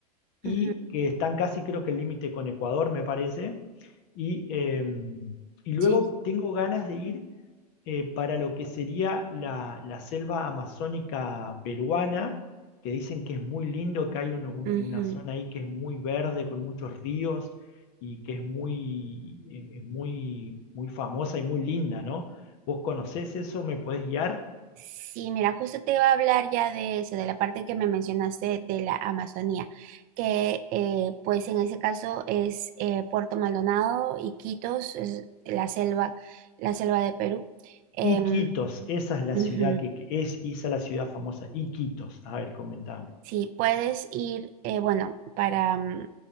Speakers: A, on the left (about 55°); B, on the right (about 45°).
A: y
B: ujú,
A: que están casi creo que el límite con Ecuador, me parece. Y, eh, y luego
B: Sí, sí.
A: tengo ganas de ir eh, para lo que sería la, la selva amazónica peruana, que dicen que es muy lindo, que hay un- un-
B: ujú.
A: una zona ahí que es muy verde, con muchos ríos y que es muy, es- es muy, muy famosa y muy linda, ¿no? ¿Vos conocés eso? ¿Me podés guiar?
B: Sí, mira, justo te iba a hablar ya de eso, de la parte que me mencionaste de la Amazonía, que eh, pues en ese caso es eh, Puerto Maldonado, Iquitos, es la selva, la selva de Perú. Em,
A: Iquitos, esa es la
B: ujú.
A: ciudad que, que es, esa es la ciudad famosa, Iquitos. A ver, comentame.
B: Sí, puedes ir, eh, bueno, para mm,